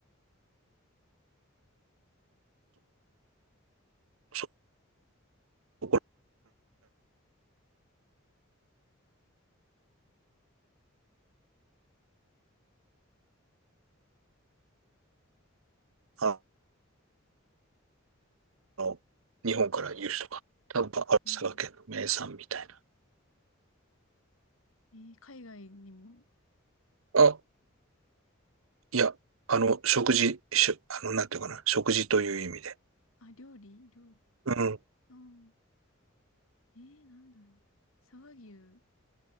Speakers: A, on the right; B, on the left.
A: そこら、あの、日本から輸出とか、多分、
B: うん
A: ある佐賀県の名産みたいな。
B: えー、海外にも、
A: あ、いや、あの、食事、しゅ、あの、なんていうかな、食事という意味で。
B: あ、料理料理。
A: うん。
B: ああ、えー、なんだろう。佐賀牛